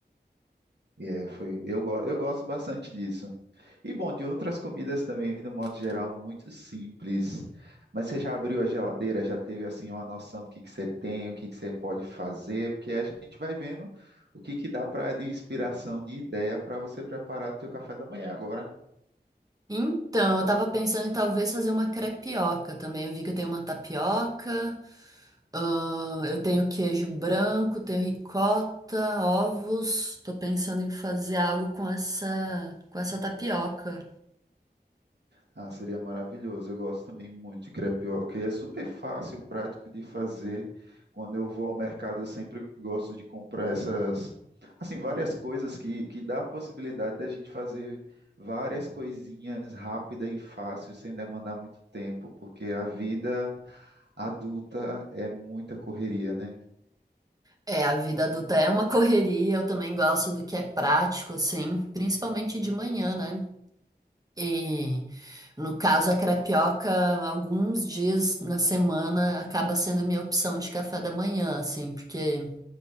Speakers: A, on the right (about 75°); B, on the right (about 20°).
A: E é, foi, eu, go- eu gosto bastante disso. E bom, de outras comidas também, no modo geral, muito simples. Mas você já abriu a geladeira, já teve assim uma noção do que que você tem, o que que você pode fazer, porque a gente vai vendo o que que dá para de inspiração, de ideia para você preparar o seu café da manhã agora.
B: Então, eu tava pensando em talvez fazer uma crepioca também. Eu vi que eu tenho uma tapioca, ahn, eu tenho queijo branco, tenho ricota, ovos. Tô pensando em fazer algo com essa, com essa tapioca.
A: Ah, seria maravilhoso. Eu gosto também muito de crepioca e é super fácil, prático de fazer. Quando eu vou ao mercado, eu sempre gosto de comprar essas, assim, várias coisas que, que dá a possibilidade da gente fazer várias coisinhas rápida e fácil, sem demandar muito tempo, porque a vida adulta é muita correria, né?
B: É, a vida adulta é uma <laughs> correria, eu também gosto do que é prático, assim, principalmente de manhã, né? E no caso, a crepioca, alguns dias na semana acaba sendo minha opção de café da manhã, assim, porque.